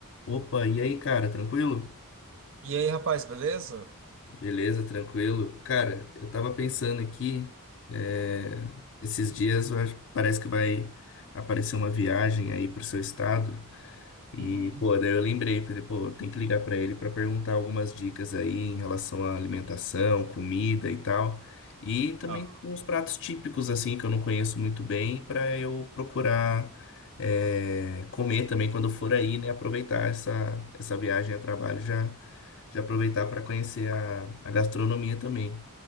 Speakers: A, on the left (about 55°); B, on the right (about 60°).
A: Opa, e aí, cara, tranquilo?
B: E aí, rapaz, beleza?
A: Beleza, tranquilo. Cara, eu tava pensando aqui, é, esses dias eu acho- parece que vai aparecer uma viagem aí pro seu estado. E,
B: Uhum.
A: pô, daí eu lembrei, falei, pô, eu tenho que ligar pra ele pra perguntar algumas dicas aí em relação à alimentação, comida e tal. E também
B: Ah.
A: uns pratos típicos, assim, que eu não conheço muito bem, pra eu procurar é, comer também quando eu for aí, né? Aproveitar essa, essa viagem a trabalho já de aproveitar para conhecer a, a gastronomia também.